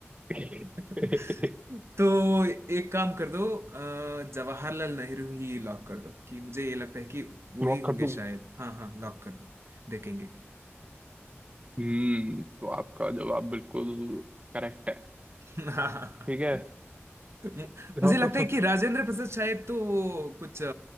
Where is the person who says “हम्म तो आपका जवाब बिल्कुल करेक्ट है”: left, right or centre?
Right